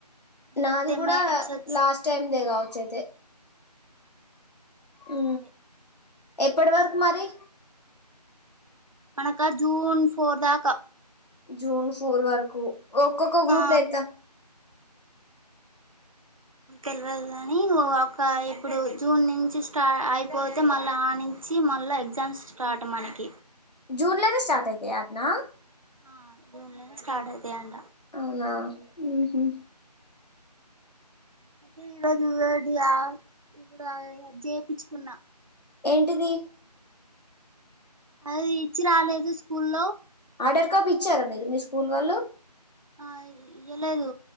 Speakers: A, on the left; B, on the right.
A: నాది
B: అంతే
A: కూడా
B: మేడమ్స్ వచ్చి
A: లాస్ట్ టైమ్ దే కావచ్చు అయితే ఊ
B: అదే
A: ఎప్పటి వరకు మరి
B: మనకా జూన్ ఫోర్ దాకా
A: జూన్ ఫోర్ వరకు ఒక్కొక్క గ్రూప్లో
B: ఆ
A: ఎంత
B: తెల్వదు గాని ఒక ఇప్పుడు జూన్ నుంచి స్టార్ అయిపోతే మళ్ళీ ఆ నుంచి మళ్ళ ఎగ్జాంస్ స్టాట్ మనకి
A: జూన్ లోనే స్టార్ట్ అయితాయ్ అట్నా
B: ఆ జూన్ లోనే స్టార్ట్ అయితాయంట
A: అవునా ఊహు
B: అదే ఈరోజు ఇది ఆ ఇప్పుడు అది చేపిచ్చుకున్నా
A: ఏంటిది
B: అది ఇచ్చి రాలేదు స్కూల్లో
A: ఆర్డర్ కాపీ ఇచ్చారా మీరు మీ స్కూల్ వాళ్ళు
B: ఆ ఇది ఇయ్యలేదు